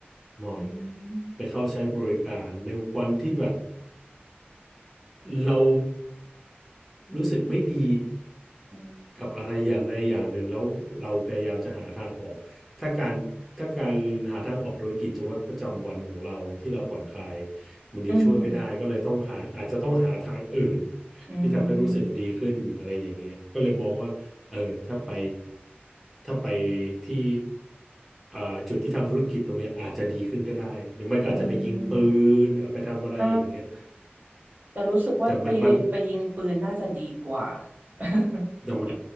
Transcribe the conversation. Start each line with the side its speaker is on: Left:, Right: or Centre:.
Centre: หน่อย
Right: อืม
Centre: ไปเข้าใช้บริการในวันที่แบบ เรารู้สึกไม่ดี
Right: อืม
Centre: กับอะไรอย่างใดอย่างหนึ่งแล้วเราพยายามจะหาทางออกถ้าการถ้าการหาทางออกโดยกิจวัตรประจำวันของเราที่เราผ่อนคลายมันยังช่วยไม่ได้ก็เลยต้องหาอาจจะต้องหาทางอื่น
Right: อืมอื
Centre: ที่ทำให้รู้สึกดีขึ้นอะไรอย่างเงี้ยก็เลยมองว่าเออถ้าไป
Right: ม
Centre: ถ้าไปที่อ่าจุดที่ทำธุรกิจตรงเนี้ยอาจจะดีขึ้นก็ได้หรือไม่ก็อาจจะไปยิงปืนอ่ะไปทำอะไรอย่างเงี้ย
Right: อืมอ่าแต่รู้สึกว่าไปไปยิงปืนน่าจะดีกว่า
Centre: แต่มันมัน
Right: <laughs>
Centre: แต่มัน